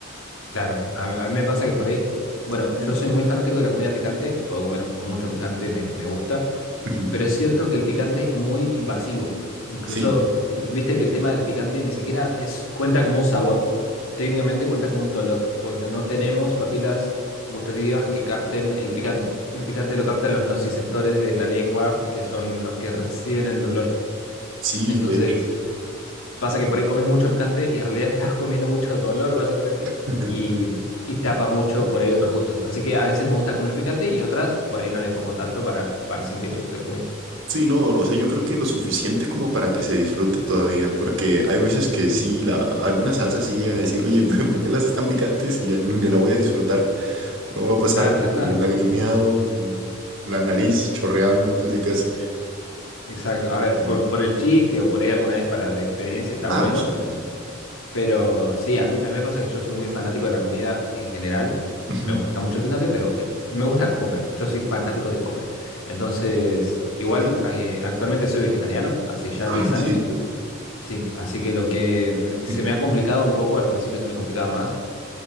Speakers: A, on the left; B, on the right.
A: Claro, a, a mí me pasa que por ahí, bueno,
B: <laughs>
A: yo soy muy fanático de la comida picante, puedo comer mucho picante, me, me gusta,
B: Ujú.
A: pero es cierto que el picante es muy invasivo. Incluso,
B: Sí,
A: n- viste que el tema del picante ni siquiera es, cuenta como un sabor, técnicamente cuenta como un dolor, porque no tenemos papilas gustativas que capten el picante. El picante lo captan los nociceptores de la lengua, que son los que reciben el dolor.
B: sí,
A: Entonces...
B: de hecho.
A: Pasa que por ahí comes mucho picante y en realidad <laughs> estás comiendo mucho dolor, básicamente,
B: <laughs>
A: y, y tapa mucho por ahí otros gustos. Así que a veces me gusta comer picante y otras por ahí no le pongo tanto para, para sentir el gusto de la comida.
B: Sí, no, o sea, yo creo que lo suficiente como para que se disfrute todavía, porque hay veces que sí, la, algunas salsas sí llegan a decir, oye, <laughs> ¿para qué las están picantes? Y ya, no- ya la voy a disfrutar. No va a pasar
A: Claro,
B: de
A: ya
B: que
A: está.
B: lagrimeado con la nariz chorreando casi casi.
A: Exacto. A ver,
B: ¿no?
A: por, por el chiste o por ahí alguna vez para la experiencia está
B: Ah,
A: bueno,
B: no sé.
A: pero sí, a mí, a mí me pasa que yo soy muy fanático de la comida en general.
B: Ujú,
A: Me gusta mucho el picante, pero eh, me gusta comer. Yo soy fanático de comer. Entonces, igual,
B: ok.
A: eh, actualmente soy vegetariano, hace ya
B: Ah,
A: 10
B: ¿en
A: años.
B: serio?
A: Sí, así que lo que me-
B: Ujú,
A: se me ha complicado un poco, al principio se me complicaba más,